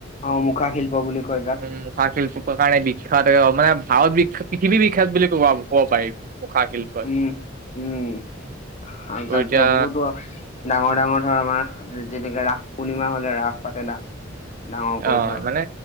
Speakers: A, on the left (about 35°); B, on the right (about 45°).
A: অ মুখা শিল্প বুলি কয় যাক
B: উম, মুখা শিল্প। কাৰণে বিখ্যাত মানে ভাৰত বিখ্যাত পৃথিৱী বিখ্যাত বুলি কব ক'ব পাৰি। মুখা শিল্পই
A: উম,
B: ত'
A: উম। তাত
B: এতিয়া
A: ধৰ বহুতো ডাঙৰ ডাঙৰ ধৰ আমাৰ যেনেকে ৰাস পূৰ্ণিমা হলে ৰাস পাতে। ডাঙৰকৈ
B: অ,
A: ধৰ
B: মানে